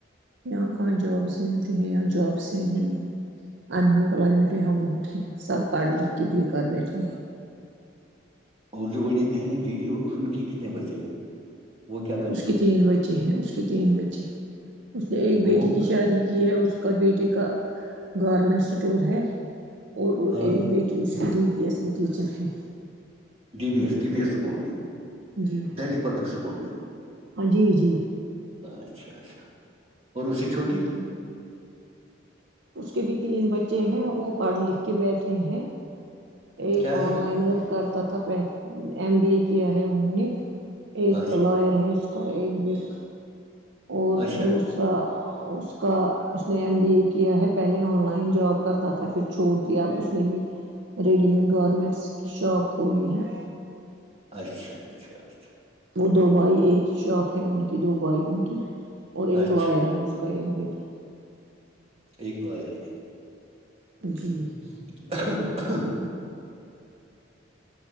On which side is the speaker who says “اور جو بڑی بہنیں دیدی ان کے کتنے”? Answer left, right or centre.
Right